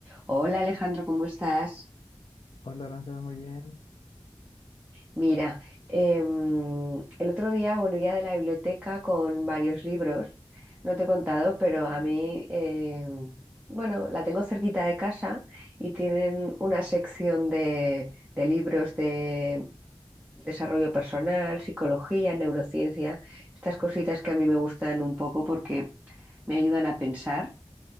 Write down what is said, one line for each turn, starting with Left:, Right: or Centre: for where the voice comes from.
Right: Hola Alejandro, ¿cómo estás?
Left: Hola, Aranza, muy bien.
Right: Mira, em, el otro día volvía de la biblioteca con varios libros. No te he contado, pero a mí, em, bueno, la tengo cerquita de casa y tienen una sección de, de libros de desarrollo personal, psicología, neurociencia, estas cositas que a mí me gustan un poco porque me ayudan a pensar